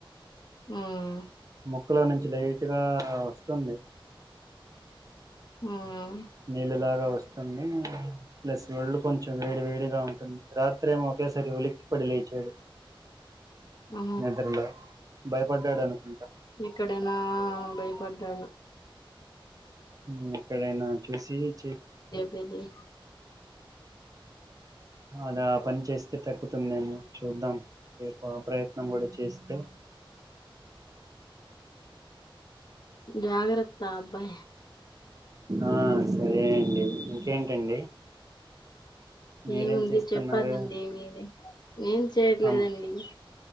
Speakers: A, on the left; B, on the right.
A: హూమ్
B: ముక్కులో నుంచి లైట్ గా వస్తుంది
A: హుమ్
B: నీలు లాగా వ స్తుంది ప్లస్ ఒళ్ళు కొంచెం వేడి వేడిగా ఉంటుంది రాత్రేమో ఒకేసారి ఉలిక్కి పడి లేచాడు
A: ఆ
B: నిద్రలో భయపడ్డాడ అనుకు
A: ఇక్కడ నా భయపడ్డాడు
B: ఉమ్ ఎక్కడైనా చూసి చె
A: వెళ్లి
B: అద ఆ పని చేస్తే తగ్కుతుందేమో చూద్దాం రేపు ఆ ప్రయత్నం కూడా చేస్తే
A: జాగ్రత్ బాబ్బా
B: ఆ సరే అండి ఇంకేంటండి మీరేం
A: ఏముంది
B: చేస్తున్నారు
A: చెప్పాలండి మీరే ఏం చేయట్లేదండి
B: అమ్